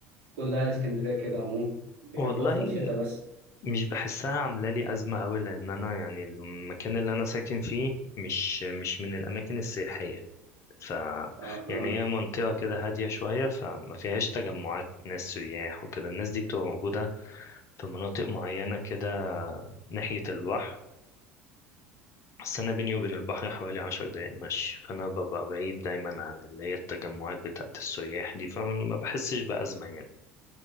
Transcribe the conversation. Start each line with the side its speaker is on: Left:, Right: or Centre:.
Right: كل اهل اسكندرية كده عموما بيحبوها
Left: والله
Right: في الشتاء بس
Left: مش بحسها عامله لي ازمه قوي لان انا يعني المكان اللي انا ساكن فيه مش مش من الاماكن السياحيه ف
Right: اه
Left: يعني
Right: آه.
Left: هي منطقه كده هاديه شويه فما فيهاش تجمعات ناس سياح وكده الناس دي بتبقى موجوده في مناطق معينه كده ناحيه البحر بس أنا بيني وبين البحر حوالي عشر دقايق مشي فأنا ببقى بعيد دايما عن اللي هي التجمعات بتاعة السياح دي فما بحسش بأزمة يعني